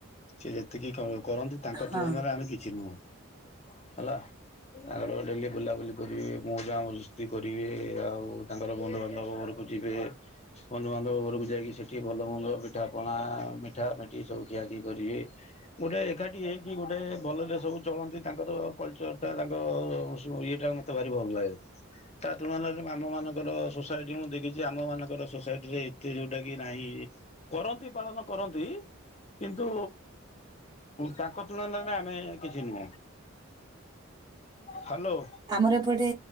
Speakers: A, on the left; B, on the right.
A: ସେ ଯେତିକି କର କରନ୍ତି। ତାଙ୍କ
B: ହଁ
A: ତୁଳନାରେ ଆମେ କିଛି ନୁହଁ ହେଲା। ତାଙ୍କର ଡେଲି ବୁଲାବୁଲି କରିବେ ମଉଜା ମଜିସ୍ତି କରିବେ ଆଉ ତାଙ୍କର ବନ୍ଧୁବାନ୍ଧବ ଘର କୁ ଯିବେ ବନ୍ଧୁବାନ୍ଧବ ଘରକୁ ଯାଇକି ସେଠି ଭଲ ମନ୍ଦ ମିଠା ପଣା ମିଠା ମିଠି ସବୁ ଖିଆ ଖିଇ କରିବେ। ଗୋଟେ ଏକାଠି ହେଇକି ଗୋଟେ ଭଲରେ ସବୁ ଚଳନ୍ତି ତାଙ୍କର କଲଚର ଟା ତାଙ୍କ ଇଏଟା ମତ ଭାରି ଭଲ ଲାଗେ। ତା ତୁଳନାରେ ଆମ ମାନଙ୍କର ସୋସାଇଟି ମୁଁ ଦେଖିଛି ଆମ ମାନଙ୍କର ସୋସାଇଟି ରେ ଏତେ ଯୋଉଟା କି ନାହିଁ। କରନ୍ତି ପାଳନ କରନ୍ତି। କିନ୍ତୁ ତାଙ୍କ ତୁଳନରେ ଆମେ କିଛି ନୁହେଁ। ହ୍ୟାଲୋ।
B: ଆମର ଏପଟେ